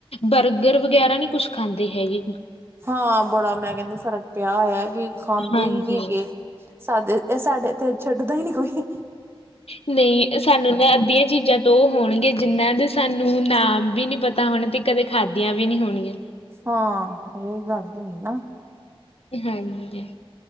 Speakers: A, on the left (about 80°); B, on the right (about 25°).
A: ਬਰਗਰ ਵਗੈਰਾ ਨਹੀਂ। ਕੁਛ ਖਾਂਦੇ ਹੈਗੇ।
B: ਹਾਂ ਬੜਾ ਮੈਂ ਕਹਿੰਦੀ ਫ਼ਰਕ ਪਿਆ ਹੋਇਆ। ਖਾਂਦੇ
A: ਹਾਂਜੀ।
B: ਹੀ ਨਹੀਂ ਹੈਗੇ। ਸਾਡ ਇਹ ਸਾਡੇ ਤੇ ਛੱਡਦਾ ਹੀ ਨੀ ਕੋਈ।
A: ਨਹੀਂ ਸਾਨੂੰ ਨਾ ਅੱਧੀਆਂ ਚੀਜ਼ਾਂ ਤੋਂ ਉਹ ਹੋਣਗੇ ਜਿੰਨਾਂ ਦੇ ਸਾਨੂੰ ਨਾਮ ਵੀ ਨੀ ਪਤਾ ਹੋਣਾ ਤੇ ਕਦੇ ਖਾਦੀਆਂ ਵੀ ਨੀ ਹੋਣੀਆਂ
B: ਹਾਂ ਇਹੀਓ ਗੱਲ ਹੁੰਦੀ ਨਾ
A: ਹਾਂਜੀ